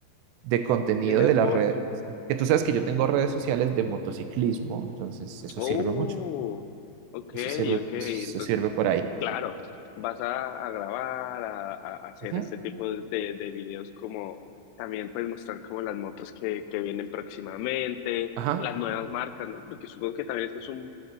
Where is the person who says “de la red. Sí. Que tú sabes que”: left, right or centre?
Right